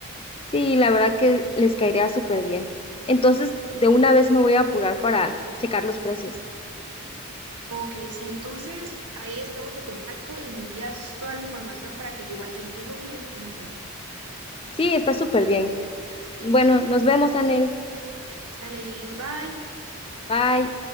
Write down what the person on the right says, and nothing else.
Ok, sí, entonces ahí estamos en contacto y me envías toda la información para que yo igual te envíe lo que yo encuentre.
Sale Iris, bye.